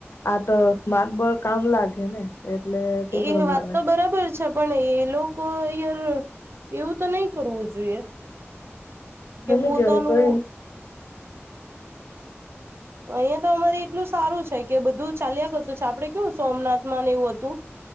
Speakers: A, on the left; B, on the right.
A: આ તો સ્માર્ટ બોર્ડ કામ લાગે ને એટલે તે
B: એ
A: પ્રમાણે
B: વાત તો બરાબર છે. પણ એ લોકો યાર એવું તો નહી કરવું જોઈએ કે
A: મ
B: પોતાનું
A: ગયો હોય કોઈ.
B: અહિયાં તો અમારે એટલું સારું છે કે બધું ચાલ્યા ગતું છે આપડે કેવું સોમનાથમાં ને એવું હતું. <inaudible>